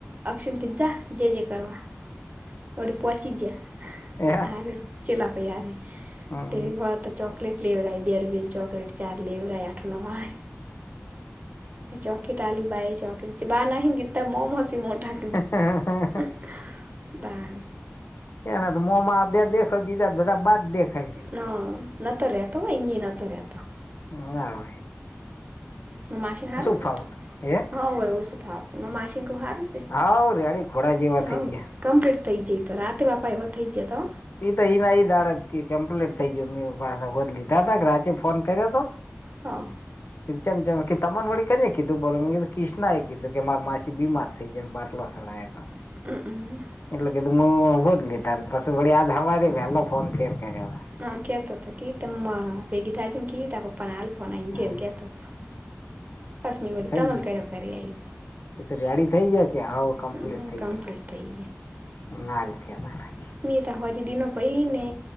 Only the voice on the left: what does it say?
એ
હમ
<inaudible>
એના તો મોમાં બે દેખ બીજા બધા બાદ દેખાયસ.
ના હો
ફાવત
હે
હા રેડીે ઘોડા જેવા
થઈ ગયા
એઈ તો ઈના ઈ દાડત કે કમ્પ્લીટ થઈ ગયો મે પા હો લીધ દાદા રાજે ફોન કર્યો હતો
ચમચમ કી તમન વળી કેને કીધું, પણ અમને તો ક્રિષ્ના એ કીધું કે માર માસી બીમાર. <unintelligible> બાટલો શળાયો તો.
એટલે કીધું <unintelligible> જ લીધાન પસી વળી આજ હવારે વહેલો ફોન ફેર કર્યો.
હમ
થઈ
ગયું
એ તો રેડી થઇ જાય કે હોવ કમ્પ્લીટ
થઈ
ગયુ
એમ <unintelligible>